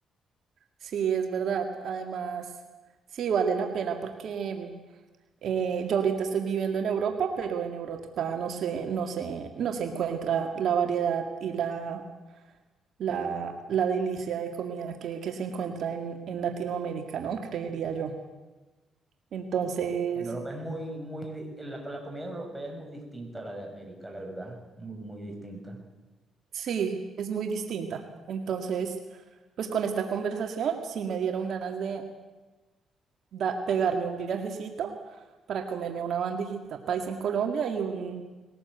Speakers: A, on the right (about 60°); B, in the centre.
A: Sí, es verdad. Además, sí, vale la pena porque eh, yo ahorita estoy viviendo en Europa, pero en Europa no se, no se, no se encuentra la variedad y la, la, la delicia de comida que, que se encuentra en, en Latinoamérica, ¿no? Creería yo. Entonces,
B: En Europa es muy, muy, la, la comida europea es muy distinta a la de América, la verdad. Muy, muy distinta.
A: sí, es muy distinta. Entonces, pues con esta conversación sí me dieron ganas de da- pegarme un viajecito para comerme una bandejita paisa en Colombia y un